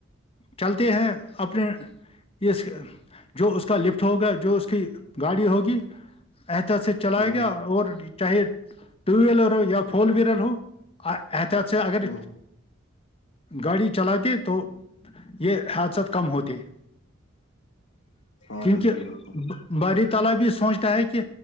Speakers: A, on the left; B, on the left.
A: چلتے ہیں اپنے اس جو اس کا لفٹ ہوگا جو اس کی گاڑی ہوگی احتط سے چلائے
B: جی
A: گیا اور چاہے ٹو ویلر ہو یا فور ویلر ہو احتیاط سے اگر
B: ہاں
A: گاڑی چلاتی تو یہ حادثات کم ہوتے
B: ہاں
A: کیونکہ
B: بالکل بالکل
A: بڑی تعالی بھی سوچتا ہے کہ